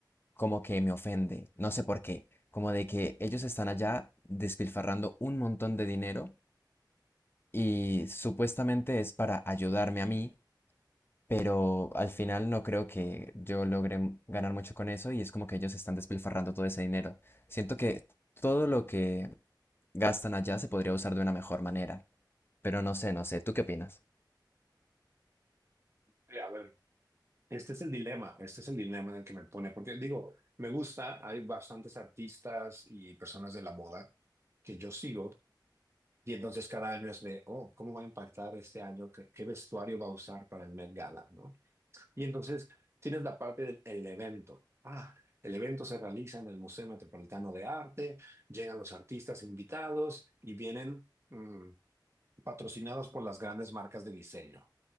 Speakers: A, on the left; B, on the right.
A: como que me ofende, no sé por qué, como de que ellos están allá despilfarrando un montón de dinero y supuestamente es para ayudarme a mí, pero al final no creo que yo logre m- ganar mucho con eso y es como que ellos están despilfarrando todo ese dinero. Siento que todo lo que gastan allá se podría usar de una mejor manera, pero no sé, no sé, ¿tú qué opinas?
B: Eh, a ver, este es el dilema, este es el dilema en el que me pone, porque digo, me gusta, hay bastantes artistas y personas de la moda que yo sigo Y entonces cada año es de, oh, ¿cómo va a impactar este año? ¿Qué, qué vestuario va a usar para el Met Gala? ¿no? Y entonces tienes la parte del el evento. Ah, el evento se realiza en el Museo Metropolitano de Arte, llegan los artistas invitados y vienen mm, patrocinados por las grandes marcas de diseño